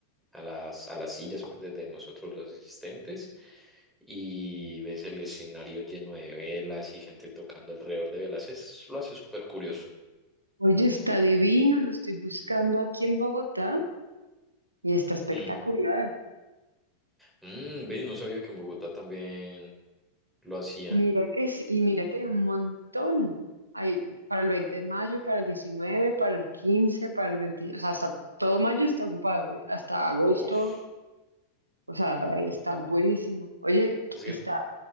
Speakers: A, in the centre; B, on the right.
A: a las, a las sillas pues, de, de nosotros los asistentes y ves el escenario lleno de velas y gente tocando alrededor de velas. Es, lo hace súper curioso.
B: Oye, está divino, lo estoy buscando aquí en Bogotá y está espectacular.
A: Mm. Mm, ve, no sabía que en Bogotá también lo hacían.
B: Mira que sí, y mira que hay un montón. Hay para el 20 de mayo, para el 19, para el 15, para el 20, o sea, hasta todo mayo está ocupado, hasta agosto,
A: Uf,
B: o sea, está buenísimo. Oye,
A: es que
B: está